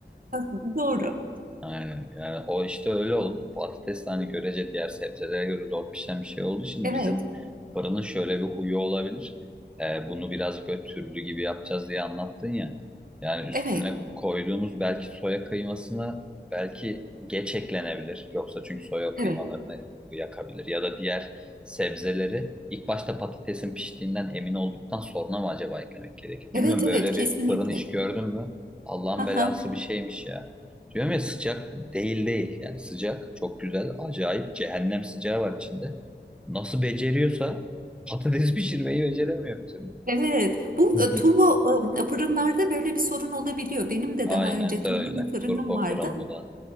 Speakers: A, on the right; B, in the centre.
A: Ha, Doğru.
B: Aynen. Yani o işte öyle oldu. Patates de hani görece diğer sebzelere göre zor pişen bir şey olduğu için
A: Evet,
B: bizim fırının şöyle bir huyu olabilir. Ee, bunu birazcık böyle türlü gibi yapacağız diye anlattın ya. Yani üstüne
A: evet,
B: koyduğumuz belki soya kıymasına belki geç eklenebilir. Yoksa çünkü soya kıymalarını
A: evet.
B: yakabilir. Ya da diğer sebzeleri ilk başta patatesin piştiğinden emin olduktan sonra mı acaba eklemek gerekir?
A: Evet,
B: Bilmiyorum
A: evet,
B: böyle
A: kesinlikle.
B: bir fırın hiç gördün mü? Allah'ın
A: Aha,
B: belası bir şeymiş ya. Diyorum ya sıcak değil değil. Yani sıcak çok güzel acayip cehennem sıcağı var içinde. Nasıl beceriyorsa patates <laughs> pişirmeyi beceremiyor bir türlü.
A: evet, bu
B: <laughs>
A: e, turbo e, fırınlarda böyle bir sorun olabiliyor. Benim de
B: Aynen
A: daha önce
B: de
A: turbo
B: öyle.
A: bir fırınım
B: Turbo
A: vardı.
B: fırın bu da.